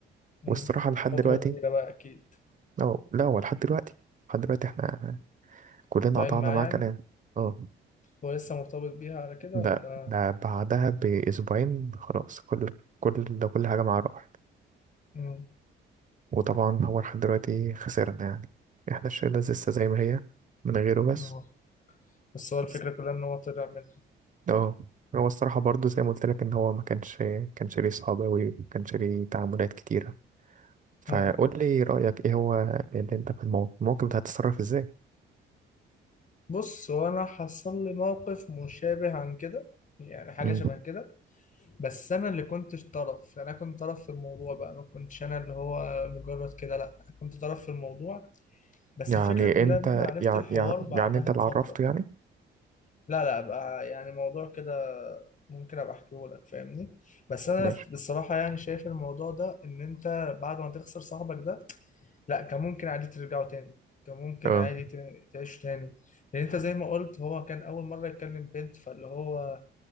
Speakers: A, on the left; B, on the right.
A: امم
B: والصراحة لحد
A: فترة
B: دلوقتي
A: كبيرة بقى أكيد
B: لا لا هو لحد دلوقتي لحد دلوقتي احنا كلنا
A: قاطعين
B: قطعنا
A: معاه
B: معاه
A: يعني
B: كلام اه
A: هو لسه مرتبط بيها على كده
B: ده
A: ولا
B: ده بعدها بأسبوعين خلاص كل كل ده كل حاجة معاه راحت
A: امم
B: وطبعا هو لحد دلوقتي خسرنا يعني احنا الشلة لسه زي ما هي من غيره بس
A: اه بس هو الفكرة
B: بس-
A: كلها إن هو طلع منها
B: اه هو الصراحة برضو زي ما قلت لك ان هو ما كانش كانش ليه صحاب أوي ما كانش ليه تعاملات كتيرة فقول
A: امم
B: لي رأيك ايه هو اللي انت في المو- الموقف ده هتتصرف ازاي
A: بص هو انا حصل لي موقف مشابه عن كده يعني حاجه
B: مم.
A: شبه كده بس انا اللي كنت طرف انا كنت طرف في الموضوع بقى ما كنتش انا اللي هو مجرد كده لا كنت طرف في الموضوع بس
B: يعني
A: الفكره كلها
B: انت
A: ان انا عرفت
B: يعني
A: الحوار
B: يعني,
A: بعدها
B: يعني انت اللي
A: بفتره
B: عرفته يعني
A: لا لا بقى يعني موضوع كده ممكن ابقى احكيه لك فاهمني بس انا
B: ماشي
A: بصراحه يعني شايف الموضوع ده ان انت بعد ما تخسر صاحبك ده لا كان ممكن عادي ترجعوا تاني كان ممكن
B: اه
A: عادي ت- تعيشوا تاني لان انت زي ما قلت هو كان اول مره يكلم بنت فاللي هو